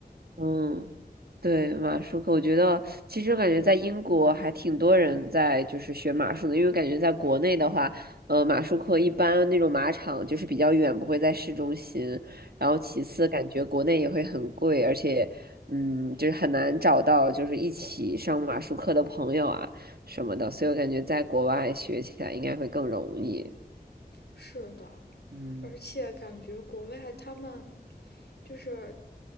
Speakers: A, on the right; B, on the left.
A: 嗯，对，马术课，我觉得其实我感觉在英国还挺多人在就是学马术的，因为感觉在国内的话，呃，马术课一般那种马场就是比较远，不会在市中心。然后其次，感觉国内也会很贵，而且，嗯，就是很难找到就是一起上马术课的朋友啊什么的，所以我感觉在国外学起来应该会更容易。
B: 是的，
A: 嗯，
B: 而且感觉国外他们就是，